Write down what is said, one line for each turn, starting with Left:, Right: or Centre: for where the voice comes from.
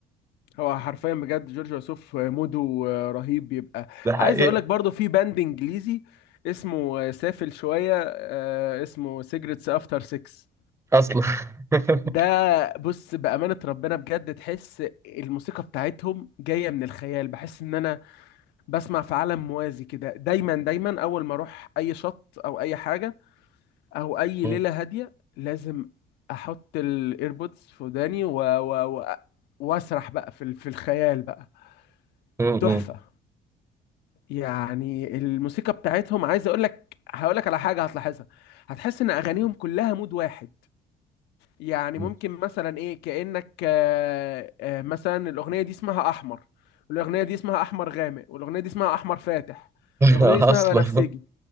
Left: هو حرفيا بجد جورج وسوف موده رهيب بيبقى
Right: <laughs> ده حقيقة
Left: عايز اقول لك برضه في باند انجليزي اسمه سافل شويه آه، اسمه سيجرتس افتر 6
Right: أصلا <laughs>
Left: ده بص بأمانة ربنا بجد تحس الموسيقى بتاعتهم جاية من الخيال بحس ان انا بسمع في عالم موازي كده دايما دايما اول ما اروح اي شط او اي حاجه او اي
Right: م-
Left: ليله هاديه لازم احط الايربودز في وداني و... و... و... واسرح بقى في ال- في الخيال بقى
Right: م.
Left: تحفه يعني الموسيقى بتاعتهم عايز اقول لك هقول لك على حاجه هتلاحظها هتحس ان اغانيهم كلها مود واحد يعني
Right: م.
Left: ممكن مثلا ايه كانك آه، آه، مثلا الاغنيه دي اسمها احمر والاغنيه دي اسمها احمر غامق والاغنيه دي اسمها احمر فاتح
Right: <laughs>
Left: والاغنيه دي اسمها
Right: أصلا
Left: بنفسجي